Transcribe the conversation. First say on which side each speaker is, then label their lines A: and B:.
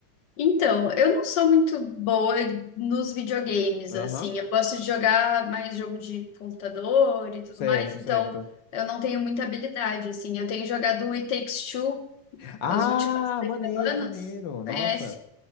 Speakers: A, on the left; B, on the left.
A: Então, eu não sou muito boa nos videogames,
B: Aham.
A: assim, eu gosto de jogar mais jogo de computador e tudo
B: Certo,
A: mais, então
B: certo.
A: eu não tenho muita habilidade, assim. Eu tenho jogado o It Takes Two
B: Ah,
A: nas últimas três
B: maneiro,
A: semanas,
B: maneiro. Nossa.
A: conhece?